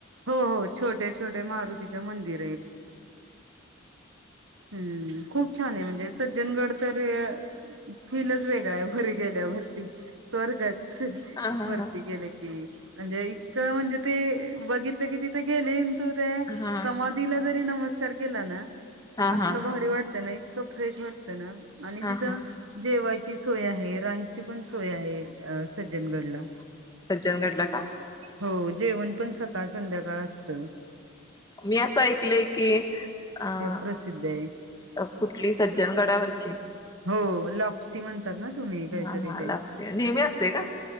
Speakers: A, on the right (about 65°); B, on the left (about 20°).
A: हो हो छोटे छोटे मारुतीचे मंदिर आहे हम्म खूप छान आहे म्हणजे सज्जनगड तर अ फिलच वेगळा आहे हो खरं इथं गेल्यावरती स्वर्गच
B: हा हा
A: वरती
B: हा
A: गेल की म्हणजे ते इतकं म्हणजे ते बघितलं की तिथं गेले न तू ते
B: हा
A: समाधीला जरी नमस्कार केला ना
B: हा
A: असलं
B: हा
A: भारी वाटत ना इतक खूप फ्रेश वाटत ना आणि तिथं
B: हा हा
A: जेवायची सोय आहे रायची पण सोय आहे. अ सज्जनगडला
B: सज्जनगडला का?
A: हो जेवण पण सकाळ संध्याकाळ असत.
B: मी असं ऐकलेय की अ
A: प्रसिद्ध आहे
B: कुठली सज्जन गडावरची
A: हो लॉप्सी म्हणतात ना तुम्ही काहीतरी
B: हा हा
A: ते
B: लाप्सी नेहमी असतय का.